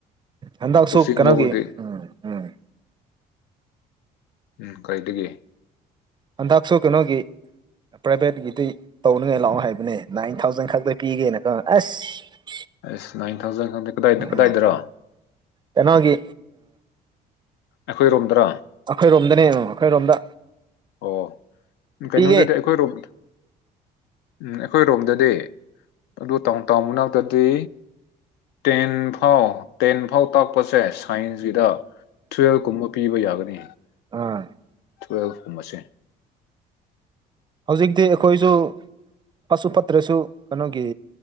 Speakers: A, on the right; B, on the left.
A: ꯍꯟꯗꯛꯁꯨ
B: ꯀꯣꯆꯤꯡ
A: ꯀꯩꯅꯣꯒꯤ
B: ꯂꯧꯔꯗꯤ
A: ꯎꯝ ꯎꯝ
B: ꯎꯝ ꯀꯩꯗꯒꯤ
A: ꯍꯟꯗꯛꯁꯨ ꯀꯩꯅꯣꯒꯤ ꯄ꯭ꯔꯥꯏꯚꯦꯠꯀꯤꯗꯤ ꯇꯧꯅꯤꯡꯉꯥꯗꯤ ꯂꯥꯛꯑꯣ ꯍꯥꯏꯕꯅꯦ ꯅꯥꯏꯟ ꯊꯥꯎꯖꯟ ꯈꯛꯇ ꯄꯤꯒꯦꯅ ꯀꯣ ꯑꯁ
B: ꯑꯁ ꯅꯥꯏꯟ ꯊꯥꯎꯖꯟ ꯀꯗꯥꯢ
A: ꯎꯝ
B: ꯀꯗꯥꯏꯗꯔꯣ
A: ꯀꯩꯅꯣꯒꯤ
B: ꯑꯩꯈꯣꯏꯔꯣꯝꯗꯔꯥ
A: ꯑꯩꯈꯣꯏꯔꯣꯝꯗꯅꯦ ꯑꯩꯈꯣꯏꯔꯣꯝꯗ
B: ꯑꯣ ꯀꯩꯅꯣꯗꯗꯤ
A: ꯄꯤꯒꯦ
B: ꯑꯩꯈꯣꯏꯔꯣꯝ ꯎꯝ ꯑꯩꯈꯣꯏꯔꯣꯝꯗ ꯗꯤ ꯑꯗꯨ ꯇꯧꯟ ꯇꯧꯟ <unintelligible> ꯃꯅꯥꯛꯇꯗꯤ ꯇꯦꯟ ꯇꯦꯟ ꯐꯥꯎ ꯇꯥꯛꯄꯁꯦ ꯁꯥꯏꯟꯁꯒꯤꯗ ꯇꯨꯋꯦꯜꯕ ꯀꯨꯝꯕ ꯄꯤꯕ ꯌꯥꯒꯅꯤ
A: ꯑ
B: ꯇꯨꯋꯜꯐ ꯀꯨꯝꯕꯁꯦ
A: ꯍꯧꯖꯤꯛꯇꯤ ꯑꯩꯈꯣꯏꯁꯨ ꯐꯠꯁꯨ ꯐꯠꯇ꯭ꯔꯁꯨ ꯀꯩꯅꯣꯒꯤ